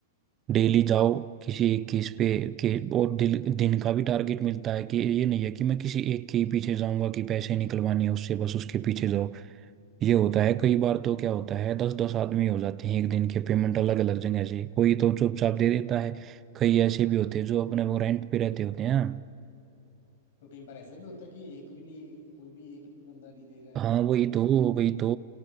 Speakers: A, on the right; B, on the left.
A: डेली जाओ किसी एक केस पे के और दिल, दिन का भी टारगेट मिलता है कि ये नहीं है कि मैं किसी एक के ही पीछे जाऊंगा कि पैसे निकलवाने हैं उससे बस उसके पीछे जाओ ये होता है कई बार तो क्या होता है दस दस आदमी हो जाते हैं एक दिन के पेमेंट अलग अलग जगह से कोई तो चुपचाप दे देता है कई ऐसे भी होते हैं जो अपने वो रेंट पे रहते होते हैं
B: तो कई बार ऐसा भी होता है कि एक भी नहीं कोई भी एक भी बंदा नहीं दे रहा है
A: हाँ वही
B: वाप-
A: तो वही तो